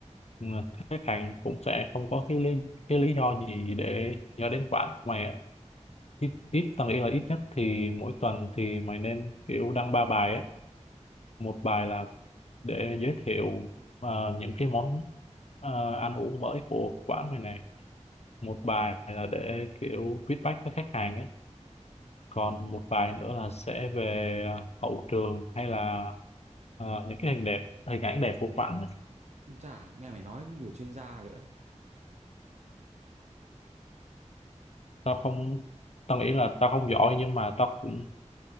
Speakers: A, on the left; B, on the right.
A: Ừ, khách hàng cũng sẽ không có cái lý, cái lý do gì để nhớ đến quán của mày ạ ít ít tầng ý là ít nhất thì mỗi tuần thì mày nên kiểu đăng ba bài á một bài là để giới thiệu ờ, những cái món ờ, ăn uống mới của quán mày này một bài là để kiểu feedback với khách hàng á còn một bài nữa là sẽ về à, hậu trường hay là à, những cái hình đẹp hình ảnh đẹp của bạn ấy.
B: Chả nghe mày nói như là chuyên gia vậy á.
A: tao không tao nghĩ là tao không giỏi nhưng mà tao cũng